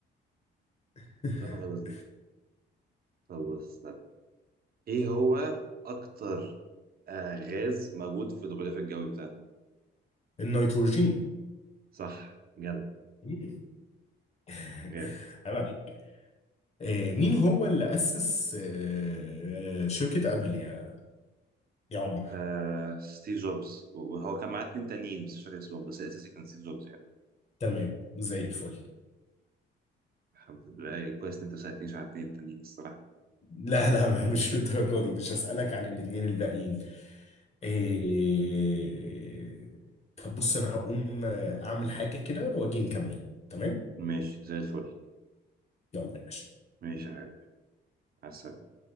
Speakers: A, on the left; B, on the right.
A: <laughs>
B: كنت عارفها خالص دي طب بص استنى ايه هو أكتر آه غاز موجود في الغلاف الجوي بتاعنا؟
A: النيتروجين
B: صح جدع
A: مم. <laughs>
B: جامد
A: عيب عليك آه، مين هو اللي أسس آه، شركة أبل يا يا عمر؟
B: آه ستيف جوبز وهو كان معاه اتنين تانيين بس مش فاكر اسمهم بس الأساسي كان ستيف جوبز يعني
A: تمام زي الفل
B: الحمد لله كويس إن أنت ساعدتنيش على اتنين التانيين الصراحة
A: لا لا <laughs> مش للدرجة دي مش هسألك عن الاتنين الباقيين آه، طب بص أنا هقوم آه، أعمل حاجة كده وأجي نكمل تمام؟
B: ماشي زي الفل
A: يلا يا باشا
B: ماشي يا حبيبي على السلامة